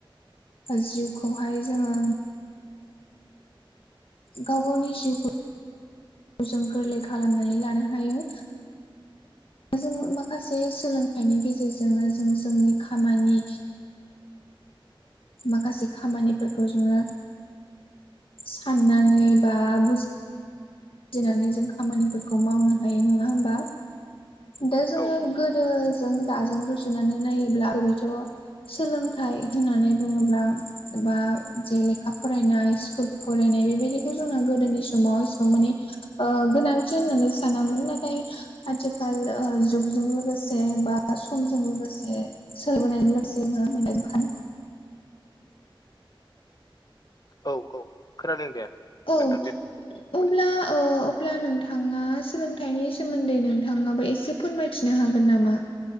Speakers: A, on the left; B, on the left.
A: जिउखौहाय जोङो गाव गावनि जिउखौ जों गोरलै खालामनानै लानो हायो जों माखासे सोलोंथाइनि गेजेरजोंनो जों जोंनि खामानि माखासे खामानिफोरखौ जोङो साननानै बा बु जिनानै जों खामानिफोरखौ मावनो हायो नङा होमबा दा जोङो
B: औ औ
A: गोदो जों दाजों रुजुनानै नायोब्ला ओरैनोथ' सोलोंथाइ होननानै बुङोब्ला बा जे लेखा फरायनाय स्कुल फरायनाय बेबायदिखौ जोंना गोदोनि समाव एसिबां माने ओ गोनांथि होननानै सानामोन नाथाय आथिखाल जुगजों लोगोसे बा समजों लोगोसे सोलबोनायजों लोगोसे जोंहा मोननायखां
B: औ-औ खोनादों दे
A: औ-औ
B: नोंथांनि बुंबाय
A: अब्ला
B: थानाय
A: अब्ला नोंथाङा सोलोंथाइनि सोमोन्दै नोंथाङाबो एसे फोरमायथिनो हागोन नामा